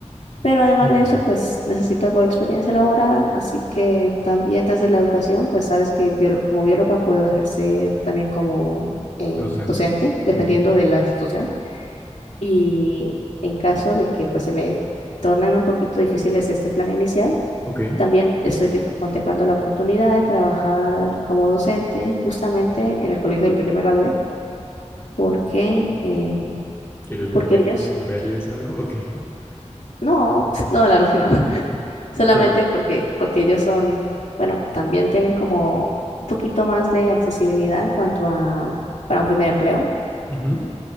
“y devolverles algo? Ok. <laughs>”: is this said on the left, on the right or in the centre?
Left